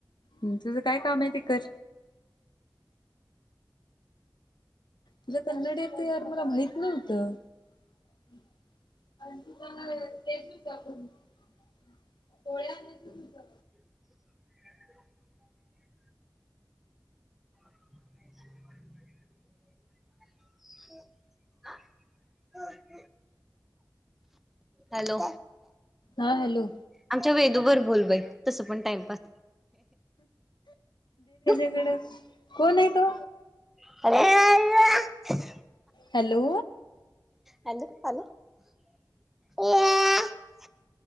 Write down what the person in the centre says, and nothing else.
<inaudible> <inaudible> <unintelligible> हॅलो
आमच्या वेदुबर बोल बाई तसं पण टाइमपास
<unintelligible>
<unintelligible>
हॅलो हॅलो <unintelligible>